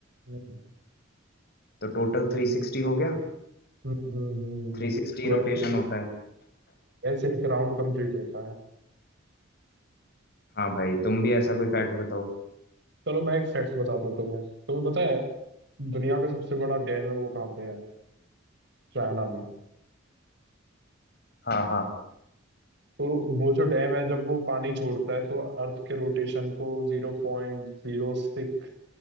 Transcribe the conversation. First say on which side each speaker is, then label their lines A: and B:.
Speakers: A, on the right; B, on the left.
A: हम्म
B: तो टोटल थ्री सिक्सटी हो गया
A: हम्म हम्म हम्म,
B: थ्री सिक्सटी
A: तो
B: रोटेशन
A: ऐसे
B: होता है
A: ऐसे एक राउंड कंप्लीट होता है
B: हाँ भाई तुम भी ऐसा कोई फैक्ट बताओ
A: चलो मैं एक फैक्ट बताता हूँ तुम्हें तुम्हें पता है दुनिया का सबसे बड़ा डैम है वो कहाँ पे है चाइना में
B: हाँ हाँ
A: तो वो जो डैम है जब वो पानी छोड़ता है तो अर्थ के रोटेशन को जीरो पॉइंट जीरो सिक्स